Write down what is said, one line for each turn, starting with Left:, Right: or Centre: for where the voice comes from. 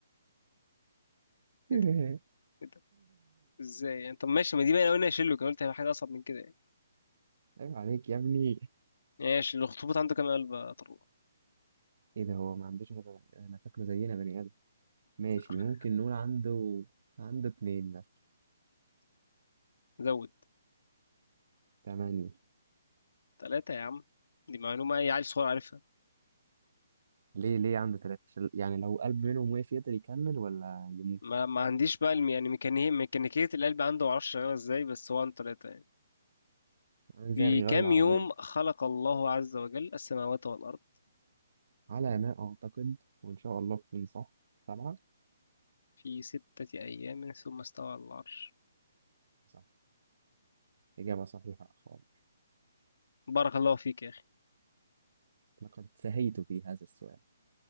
Right: <laughs>
Left: إيه ده إيه ده إزاي يعني طب ماشي ما دي بقى أنا قلنا أشيله كان قلت هيبقى حاجة أصعب من كده يعني
Right: عيب عليك يا ابني
Left: ماشي الأخطبوط عنده كام قلب يا طروق
Right: ايه ده هو ما عندوش غير انا فاكره زينا بني ادم ماشي
Left: فاكره
Right: ممكن نقول عنده عنده اتنين مثلا
Left: زود
Right: تمانية
Left: ثلاثة يا عم دي معلومة أي عيل صغير عارفها
Right: ليه ليه عنده تلاتة عشان- يعني لو قلب منهم وقف يقدر يكمل ولا يموت
Left: ما ما عنديش بقى الم- يعني ميكانيكية ميكانيكية القلب عنده معرفش شغالة ازاي بس هو عنده ثلاثة يعني
Right: عامل
Left: في
Right: زي غيار
Left: كام
Right: العربية
Left: يوم خلق الله عز وجل السماوات والأرض
Right: على ما أعتقد وإن شاء الله تكون صح سبعة
Left: في ستة أيام ثم استوى على العرش
Right: صح إجابة صحيحة خالص
Left: بارك الله فيك يا أخي
Right: لقد سهيت في هذا السؤال